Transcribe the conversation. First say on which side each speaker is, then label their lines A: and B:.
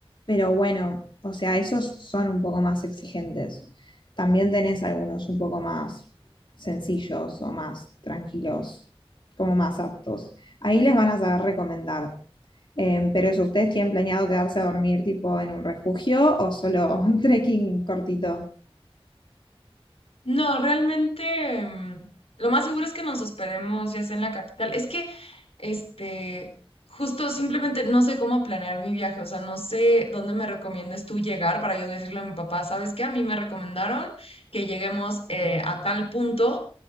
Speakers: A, on the left (about 50°); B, on the left (about 70°).
A: pero bueno, o sea, esos son un poco más exigentes. También tenés algunos un poco más sencillos o más tranquilos, como más aptos. Ahí les van a saber recomendar. Em, pero eso, ¿ustedes tienen planeado quedarse a dormir tipo en un refugio o solo <laughs> un trekking cortito?
B: No, realmente mm, lo más seguro es que nos hospedemos ya sea en la capital. Es que, este, justo simplemente no sé cómo planear mi viaje, o sea, no sé dónde me recomiendes tú llegar para yo decirle a mi papá, ¿sabes qué? A mí me recomendaron que lleguemos eh, a tal punto